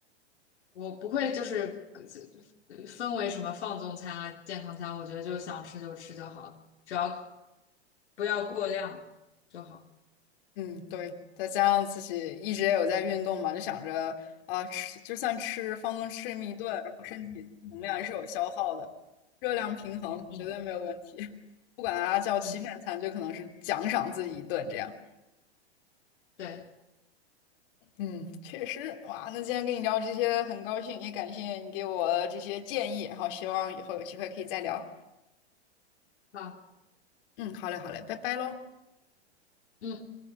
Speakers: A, on the left; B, on the left.
A: 我不会就是呃分为什么放纵餐啊、健康餐，我觉得就想吃就吃就好了，只要不要过量就好。
B: 嗯，对，再加上自己一直也有在运动嘛，就想着啊，吃就算吃放纵吃这么一顿，然后身体能量也是有消耗的，热量平衡绝对没有问题。
A: 嗯
B: <laughs> 不管它叫欺骗餐，
A: 嗯，
B: 就可能是奖赏自己一顿这样。
A: 对，
B: 嗯，确实，哇，那今天跟你聊这些很高兴，也感谢你给我这些建议，然后希望以后有机会可以再聊。
A: 好。
B: 嗯，好嘞，好嘞，拜拜喽。
A: 嗯。